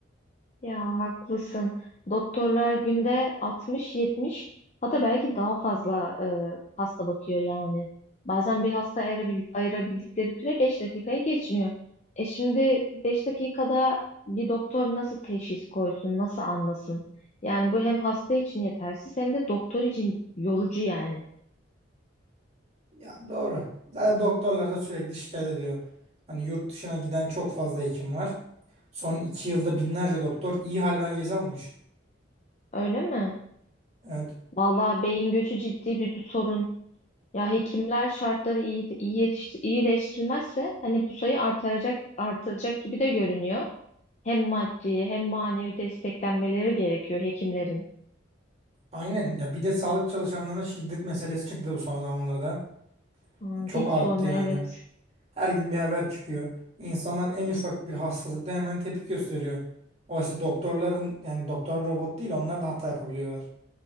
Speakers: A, on the left; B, on the right.
A: Ya haklısın. Doktorlar günde 60-70 hatta belki daha fazla e, hasta bakıyor yani. Bazen bir hasta ayırabil- ayırabildikleri süre 5 dakikaya geçmiyor. E şimdi 5 dakikada bir doktor nasıl teşhis koysun, nasıl anlasın? Yani bu hem hasta için yetersiz hem de doktor için yorucu yani.
B: Ya doğru. Zaten doktorlar da sürekli şikayet ediyor. Hani yurt dışına giden çok fazla hekim var. Son iki yılda binlerce doktor iyi hal belgesi almış.
A: Öyle mi?
B: Evet.
A: Vallahi beyin göçü ciddi bir sorun. Ya hekimler şartları iyi, iyi yetiş, iyileştirilmezse hani bu sayı artaracak artıracak gibi de görünüyor. Hem maddi hem manevi desteklenmeleri gerekiyor hekimlerin.
B: Aynen. Ya bir de sağlık çalışanlarına şiddet meselesi çıktı bu son zamanlarda.
A: Hmm,
B: Çok
A: hiç
B: arttı
A: sorma
B: yani.
A: evet.
B: Her gün bir haber çıkıyor. İnsanlar en ufak bir hastalıkta hemen tepki gösteriyor. Oysa doktorların yani doktorlar robot değil onlar da hata yapabiliyorlar.